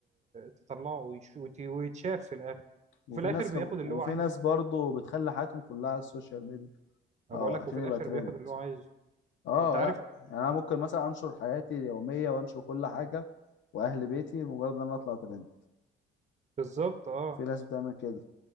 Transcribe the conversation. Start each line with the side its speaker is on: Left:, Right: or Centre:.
Right: تطلعه ويش- وت- ويتشاف في الاخر
Left: وفي
Right: وفي الاخر
Left: ناس
Right: بياخد
Left: خب... وفي
Right: اللي هو عايزه
Left: ناس برضو بتخلي حياتهم كلها على السوشيال ميديا
Right: ما
Left: اه
Right: بقول لك
Left: عشان
Right: وفي
Left: يبقى
Right: الاخر
Left: ترند
Right: بياخد اللي هو عايزه
Left: اه
Right: انت عارف
Left: لا يعني انا ممكن مثلا انشر حياتي اليوميه وانشر كل حاجه واهل بيتي مجرد ان انا اطلع ترند
Right: بالظبط اه
Left: في ناس بتعمل كده